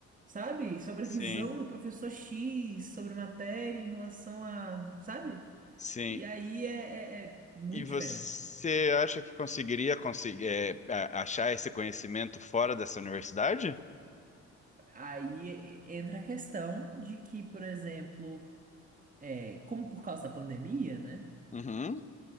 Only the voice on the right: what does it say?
sabe? Sobre
a visão do professor X sobre matéria em relação a, sabe?
E aí é, é- é muito
diferente.
Aí entra a questão de que, por exemplo, é, como por causa da pandemia, né?